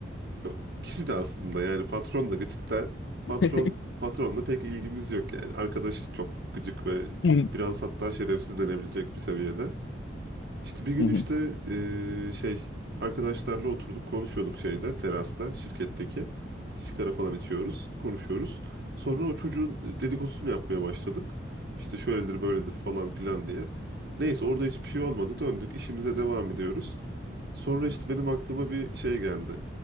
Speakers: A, on the right; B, on the left.
A: yok, ikisi de aslında yani patron da gıcık da patron
B: <laughs>
A: patronla pek ilgimiz yok yani. Arkadaş çok gıcık ve
B: Hı hı.
A: biraz hatta şerefsiz denebilecek bir seviyede. İşte bir gün
B: Hı hı.
A: işte eee, şey arkadaşlarla oturduk konuşuyorduk şeyde terasta şirketteki sigara falan içiyoruz konuşuyoruz. Sonra o çocuğun dedikodusunu yapmaya başladık. İşte şöyledir böyledir falan filan diye. Neyse orada hiçbir şey olmadı döndük işimize devam ediyoruz. Sonra işte benim aklıma bir şey geldi.